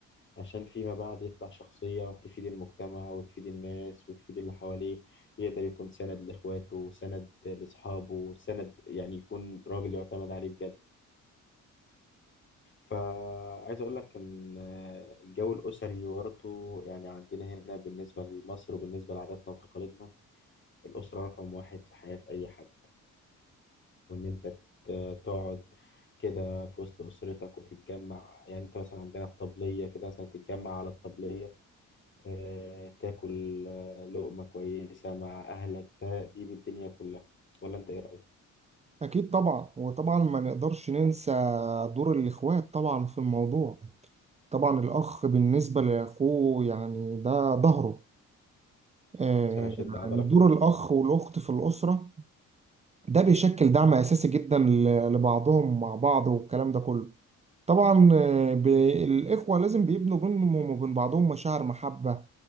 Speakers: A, on the left; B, on the right.
A: عشان فيما بعد يطلع شخصية تفيد المجتمع وتفيد الناس وتفيد اللي حواليه يقدر يكون سند لإخواته سند لأصحابه سند يعني يكون راجل يعتمد عليه بجد فعايز اقول لك ان الجو الاسري برضه يعني عندنا هنا بالنسبه لمصر وبالنسبه لعاداتنا وتقاليدنا الاسره رقم واحد في حياه اي حد وان انت ت- تقعد كده في وسط اسرتك وتتجمع يعني انت مثلا عندنا الطبليه كده مثلا تتجمع على الطبليه آه، تاكل آه، لقمه كويسه مع اهلك ده دي بالدنيا كلها ولا انت ايه رايك؟
B: اكيد طبعا وطبعا ما نقدرش ننسى دور الاخوات طبعا في الموضوع طبعا الاخ بالنسبة لاخوه يعني ده ظهره آه،
A: عشان اشد عضلك
B: يعني دور الأخ والأخت في الأسرة ده بيشكل دعم أساسي جدا ل- لبعضهم مع بعض والكلام ده كله طبعا آه، ب- الإخوة لازم بيبنوا بينهم وبين بعضهم مشاعر محبة